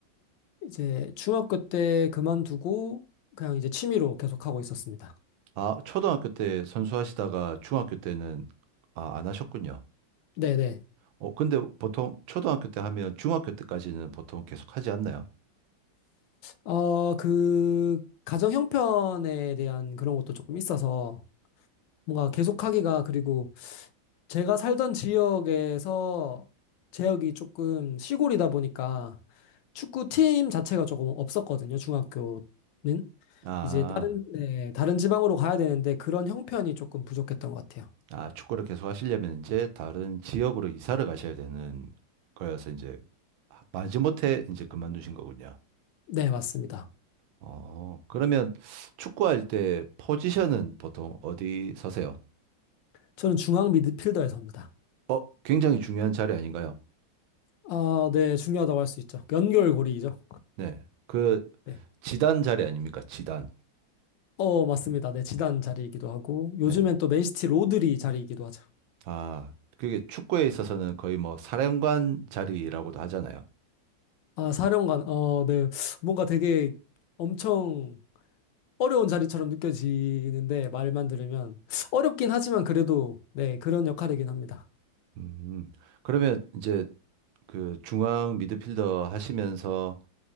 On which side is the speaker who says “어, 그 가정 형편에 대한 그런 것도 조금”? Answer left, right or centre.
Left